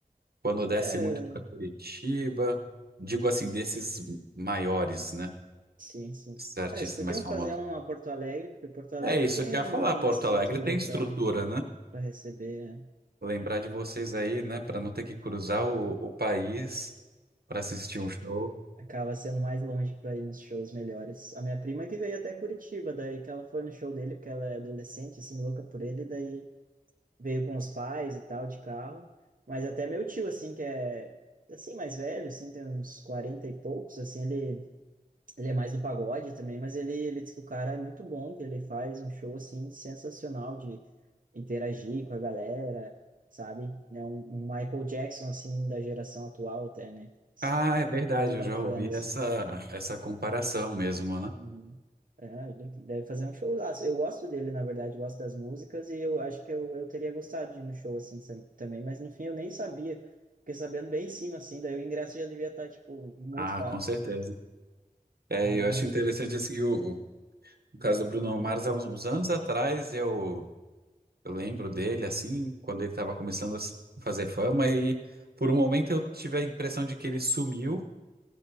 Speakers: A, on the right; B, on the right.
A: quando desce
B: é
A: muito para Curitiba, digo assim, desses maiores, né?
B: sim, sim.
A: Esses artistas
B: É, eles podiam
A: mais famosos.
B: fazer uma Porto Alegre, porque Porto Alegre
A: É isso
B: tem
A: que
B: um-
A: eu ia falar. Porto
B: uma estrutura
A: Alegre tem estrutura,
B: para
A: né?
B: para receber
A: Lembrar de vocês aí, né? Para não ter que cruzar o, o país para assistir um show.
B: Acaba sendo mais longe para ir nos shows melhores. A minha prima que veio até Curitiba, daí que ela foi no show dele, porque ela é adolescente, assim, louca por ele, daí veio com os pais e tal, de carro. Mas até meu tio, assim, que é, assim, mais velho, assim, tem uns 40 e poucos, assim, ele, ele é mais do pagode também, mas ele, ele diz que o cara é muito bom, que ele faz um show, assim, sensacional de interagir com a galera, sabe? É um, um Michael Jackson, assim, da geração atual até, né? Assim,
A: Ah, é verdade,
B: muito bacana,
A: eu já ouvi
B: assim.
A: essa, essa comparação mesmo, né?
B: Uhum. É, ele deve fazer um showzaço. Eu gosto dele, na verdade, gosto das músicas e eu acho que eu, eu teria gostado de ir no show assim sam- também, mas no fim eu nem sabia. Fiquei sabendo bem em cima, assim, daí o ingresso já devia estar, tipo, muito
A: Ah,
B: caro.
A: com certeza. É,
B: Aí
A: eu
B: não.
A: acho interessante assim, que o, o caso do Bruno Mars, há uns, uns anos atrás, eu, eu lembro dele, assim, quando ele estava começando a s- fazer fama, e por um momento eu tive a impressão de que ele sumiu.